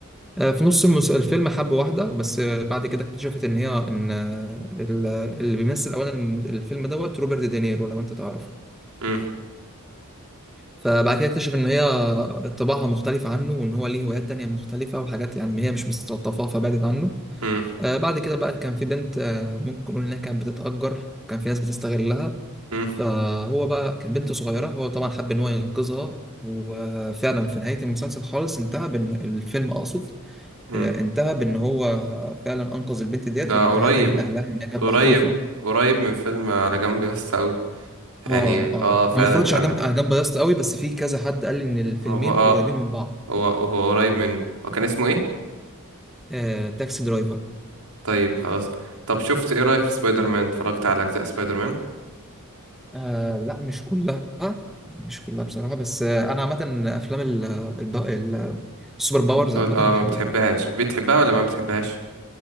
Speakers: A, in the centre; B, on the right (about 85°).
A: آه، في نص المس- الفيلم حب واحده وبس آه، بعد كده اكتشفت ان هي ان آه، ال- اللي بيمثل اولا الم- الفيلم دوت روبرت دينيرو لو انت تعرفه
B: مم،
A: فبعد كده اكتشف ان هي طباعها مختلفه عنه وان هو ليه هوايات تانية مختلفه وحاجات يعني هي مش مستلطفاها فبعدت عنه
B: مم،
A: آه، بعد كده بقى كان في بنت آه، ممكن نقول انها كانت بتتأجر كان في ناس بتستغلها
B: مم،
A: فهو بقى كانت بنت صغيرة هو طبعا حب إن هو ينقذها وفعلا في نهاية المسلسل خالص انتهى بإن الفيلم أقصد
B: مم.
A: آه، انتهى بإن هو فعلا أنقذ البنت ديت
B: ده
A: ورجعها
B: قريب
A: تاني لأهلها إنها كانت
B: قريب
A: مخطوفة
B: قريب من فيلم على جنب يا اسطى قوي يعني
A: آه
B: اه
A: آه
B: فعلا
A: أنا ما اتفرجتش
B: انت عندك
A: على جنب
B: حق
A: على جنب ياسط قوي بس في كذا حد قال لي إن الفيلمين
B: هو اه
A: قريبين من بعض
B: هو هو قريب منه هو كان اسمه ايه
A: آه تاكسي درايفر
B: طيب خلاص طب شفت ايه رأيك في سبايدر مان اتفرجت على اجزاء سبايدر مان
A: آه لا مش كلها مش كلها بصراحة بس آه أنا عامة أفلام ال- الب- ال- السوبر
B: الابطال
A: باورز عامة
B: اه
A: أنا بحبها
B: ما بتحبهاش
A: يعني.
B: بتحبها ولا ما بتحبهاش